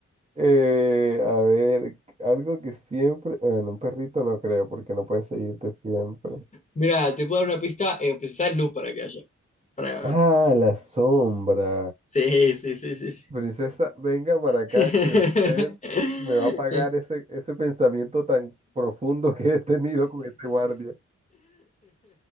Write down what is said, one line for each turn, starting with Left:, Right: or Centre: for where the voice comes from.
Right: Eh, a ver, algo que siempre... eh, En un perrito no creo, porque no puede seguirte siempre.
Left: Mira, te puedo dar una pista, eh, precisás luz para que haya. Para...
Right: Ah, la sombra.
Left: Sí, sí, sí, sí, sí.
Right: Princesa, venga para acá
Left: <laughs>
Right: que usted me va a pagar ese, ese pensamiento tan profundo que he tenido con este guardia.